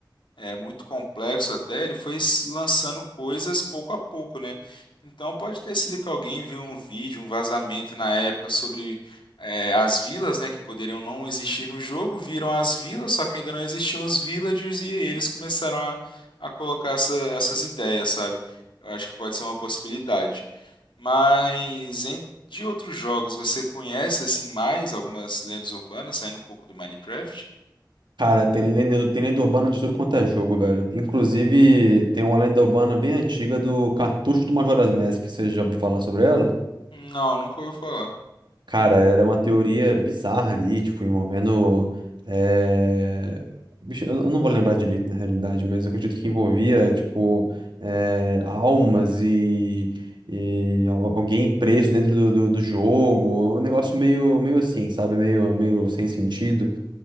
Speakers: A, on the left (about 75°); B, on the right (about 70°).
A: é muito complexo até, ele foi s- lançando coisas pouco a pouco, né? Então pode ter sido que alguém viu um vídeo, um vazamento na época sobre é, as vilas, né, que poderiam não existir no jogo, viram as vilas, só que ainda não existiam os villagers e eles começaram a, a colocar essa- essas ideias, sabe? Eu acho que pode ser uma possibilidade. Mas em- de outros jogos, você conhece assim mais algumas lendas urbanas, saindo um pouco do Minecraft?
B: Cara, tem lenda, tem lenda urbana de tudo quanto é jogo, velho. Inclusive, tem uma lenda urbana bem antiga do Cartucho do Majora's Mask, que você já ouviu falar sobre ela?
A: Não, nunca ouviu falar.
B: Cara, era uma teoria bizarra ali, tipo, envolvendo. eh, bicho, eu eu não vou lembrar direito na realidade, mas eu acredito que envolvia, tipo, eh, almas e, e al- alguém preso dentro do, do, do jogo. Um negócio meio, meio assim, sabe? Meio, meio sem sentido.